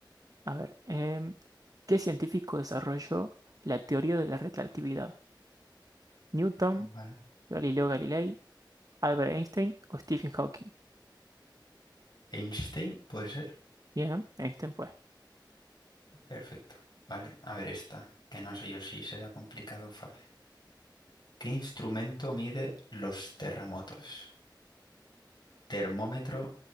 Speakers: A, on the right; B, on the left.
A: a ver. em, ¿qué científico desarrolló la teoría de la relatividad? ¿Newton,
B: Vale.
A: Galileo Galilei, Albert Einstein o Stephen Hawking?
B: Einstein, ¿puede ser?
A: Bien, Einstein fue.
B: Perfecto. Vale, a ver esta, que no sé yo si será complicado o fácil. ¿Qué instrumento mide los terremotos? ¿Termómetro,